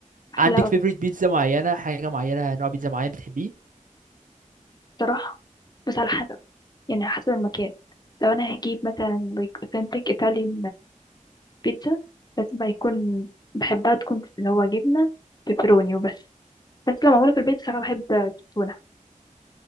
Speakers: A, on the left; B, on the right.
A: أحلى
B: عندك
A: وجبة
B: favorite بيتزا معينة حاجة معينة نوع بيتزا معين بتحبيه؟
A: الصراحة بس على حسب يعني على حسب المكان لو أنا هجيب مثلا like authentic Italian بيتزا لازم بقى يكون بحبها تكون اللي هو جبنة بيبروني وبس بس لو معمولة في البيت صراحة بحب التونة